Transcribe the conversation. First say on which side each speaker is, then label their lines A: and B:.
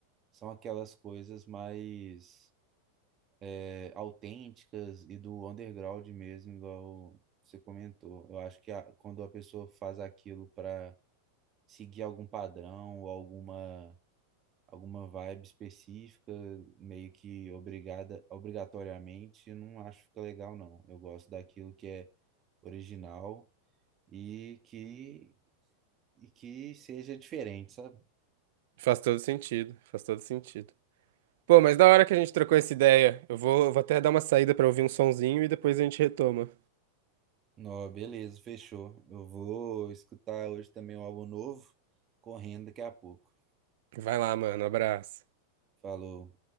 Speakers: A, on the right (about 30°); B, on the right (about 65°).
A: são aquelas coisas mais é, autênticas e do underground mesmo, igual você comentou. Eu acho que a- quando a pessoa faz aquilo para seguir algum padrão ou alguma alguma vibe específica, meio que obrigada, obrigatoriamente, eu não acho que fica legal, não. Eu gosto daquilo que é original e que, e que seja diferente, sabe?
B: Faz todo sentido, faz todo sentido. Pô, mas da hora que a gente trocou essa ideia, eu vou, eu vou até dar uma saída pra ouvir um sonzinho e depois a gente retoma.
A: Ó, beleza, fechou. Eu vou escutar hoje também um álbum novo, correndo daqui a pouco.
B: Vai lá, mano, abraço.
A: Falou.